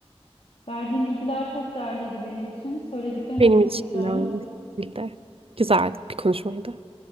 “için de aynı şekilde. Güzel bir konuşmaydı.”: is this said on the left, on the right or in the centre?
Right